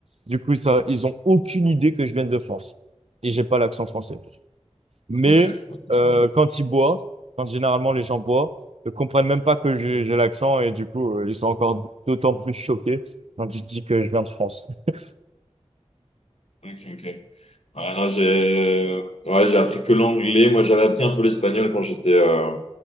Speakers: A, on the right; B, on the left.
A: Du coup, ça, ils ont aucune idée que je viens de France et j'ai pas l'accent français. Mais
B: Ok, je crois que
A: euh,
B: ça.
A: quand ils boivent, quand généralement les gens boivent, ils comprennent même pas que j'ai j'ai l'accent et du coup, euh, ils sont encore d'autant plus choqués quand je dis que je viens de France. Je
B: ok, ok. Ouais, non, j'ai ouais, j'ai appris que l'anglais. Moi, j'avais appris un peu l'espagnol quand j'étais euh,